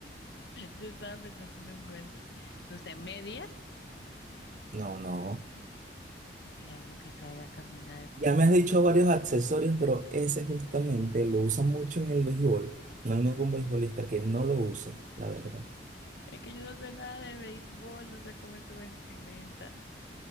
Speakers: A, on the left (about 70°); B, on the right (about 45°).
A: Yo estaba pensando en un guante. No sé, medias
B: No, no.
A: y algo que salga a caminar con
B: Ya me
A: eso.
B: has dicho varios accesorios, pero ese justamente lo usan mucho en el béisbol. No hay ningún beisbolista que no lo use, la verdad.
A: Es que yo no sé nada de béisbol, no sé cómo es su vestimenta.